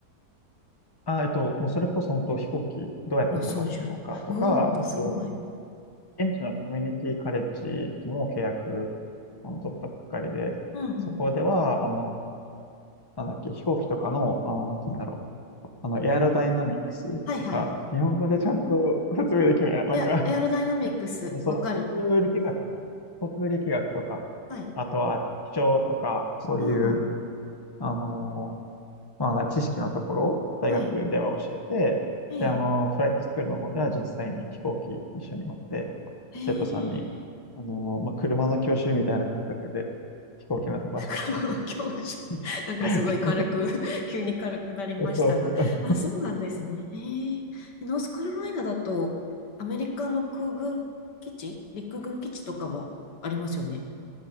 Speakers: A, on the left; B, on the left.
A: あ、えっと、もうそれこそ本当飛行機どうやって飛ばすのかとか、
B: の操縦おお、
A: あと、
B: すごい。
A: 現地のコミュニティカレッジとも契約、あの、取ったばっかりで、
B: うんうん。
A: そこでは、あの、なんだっけ、飛行機とかの、あの、なんて言うんだろう、あの、エアロダイナミックス、
B: はいはい。
A: なんか、日本語でちゃんと説明できない、なんか、
B: いや、エアロダイナミックス、
A: あの、その、
B: わかる。
A: 航空力学かな航空力学とか、
B: うんはい。
A: あとは、気象とか、そういう、
B: うんうん。
A: あの、まあ、だから知識のところ、大学では教えて、
B: はい。ええ。
A: で、あの、フライトスクールの方では実際に飛行機一緒に乗って、
B: へえ。
A: 生徒さんに、あの、まあ、車の教習みたいな感覚で飛行機の飛ばし方を教えてま
B: <laughs> 袋の教授。<laughs> なんかすごい軽く
A: す。<laughs>
B: <laughs> 急に軽くなりましたが。
A: そうそう。
B: あ、そうなんですね。へえ。ノースカロライナだと、アメリカの空軍基地、陸軍基地とかもありますよね。